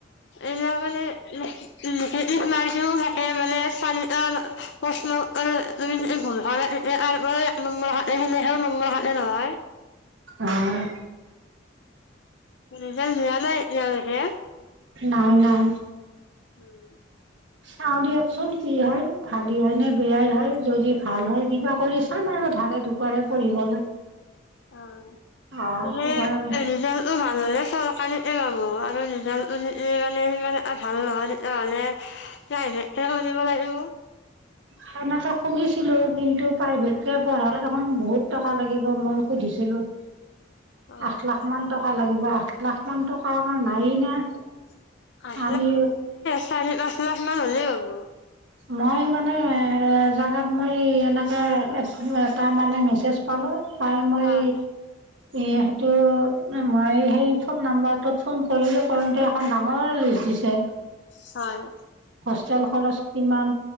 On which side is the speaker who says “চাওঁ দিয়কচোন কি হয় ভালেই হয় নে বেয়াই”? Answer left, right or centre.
Right